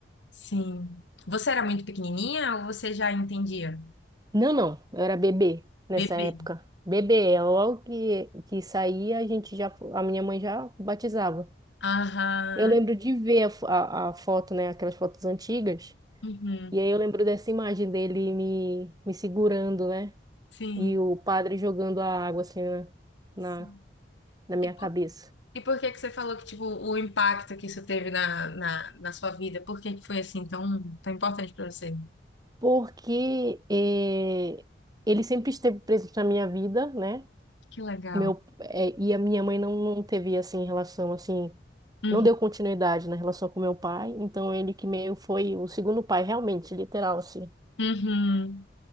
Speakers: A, on the left (about 80°); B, on the right (about 20°).
A: Sim. Você era muito pequenininha ou você já entendia?
B: Não, não, eu era bebê nessa
A: Bebê.
B: época. Bebê, é logo que, que saía, a gente já, a minha mãe já batizava.
A: Aham.
B: Eu lembro de ver a, fo- a, a foto, né? Aquelas fotos antigas.
A: Uhum.
B: E aí eu lembro dessa imagem dele me, me segurando, né?
A: Sim.
B: E o padre jogando a água assim na,
A: Sim.
B: na na minha
A: E por,
B: cabeça.
A: e por que que você falou que, tipo, o impacto que isso teve na, na, na sua vida? Por que que foi, assim, tão, tão importante pra você?
B: porque eh, ele sempre esteve presente na minha vida, né?
A: Que legal.
B: Meu, eh, e a minha mãe não, não teve, assim, relação, assim,
A: Uhum.
B: não deu continuidade na relação com meu pai, então ele que meio foi o segundo pai, realmente, literal, assim.
A: Uhum.